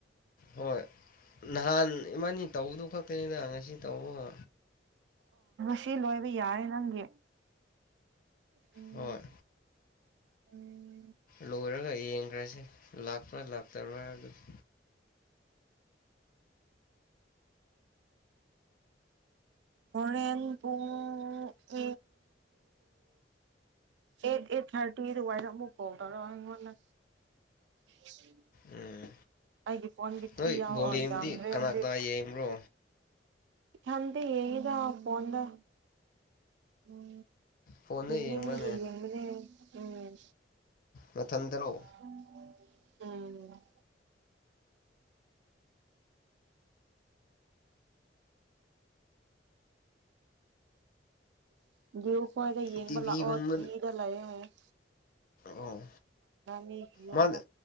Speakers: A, on the left; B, on the right.
A: ꯍꯣꯏ ꯅꯍꯥꯟ ꯏꯃꯅꯤ ꯇꯧꯕꯗꯨ ꯈꯛꯇꯅꯤꯗ ꯉꯁꯤ ꯇꯧꯕ
B: ꯁꯤ ꯂꯣꯏꯕ ꯌꯥꯔꯦ ꯅꯪꯒꯤ ꯎꯝ
A: ꯍꯣꯏ
B: ꯎꯝ
A: ꯂꯣꯏꯔꯒ ꯌꯦꯡꯈ꯭ꯔꯁꯦ ꯂꯥꯛꯄ꯭ꯔꯥ ꯂꯥꯛꯇꯕ꯭ꯔꯥ ꯍꯥꯏꯕꯗ
B: ꯍꯣꯔꯦꯟ ꯄꯨꯡ ꯑꯩꯠ ꯑꯦꯠ ꯊꯥꯔꯇꯤ ꯑꯗꯨ ꯋꯥꯏꯗ ꯑꯃꯨꯛ ꯀꯣꯜ ꯇꯧꯔꯪꯉꯣꯟꯗ <unintelligible>
A: ꯎꯝ
B: ꯑꯩꯒꯤ ꯐꯣꯟ ꯇ꯭ꯔꯤ
A: ꯅꯣꯏ
B: ꯌꯥꯎꯑꯣ
A: ꯕꯣꯜ ꯌꯦꯡꯕꯗꯤ
B: ꯌꯥꯝꯗ꯭ꯔꯦ
A: ꯀꯅꯥ
B: ꯍꯧꯖꯤꯛ
A: ꯀꯅꯥ ꯌꯦꯡꯕ꯭ꯔꯣ
B: ꯊꯟꯗ ꯍꯗ ꯐꯗ ꯎꯝ
A: ꯐꯣꯟꯗ
B: ꯏ
A: ꯌꯦꯡꯕ꯭ꯔꯅꯦ
B: ꯏꯒ ꯌꯦꯡꯃꯅꯦ ꯎꯝ
A: ꯅꯊꯟꯇꯔꯣ
B: ꯎꯝ ꯎꯝ <unintelligible> ꯍ꯭ꯣꯏꯏꯗ ꯌꯦꯡꯕ
A: ꯇꯤꯚꯤꯒꯨꯝꯕ
B: ꯂꯥꯛꯑꯣ ꯇꯤꯚꯤꯗ ꯂꯩꯌꯦꯡ
A: ꯑꯣ
B: ꯃꯤꯒꯤ ꯌꯨꯝꯗ
A: ꯃꯥ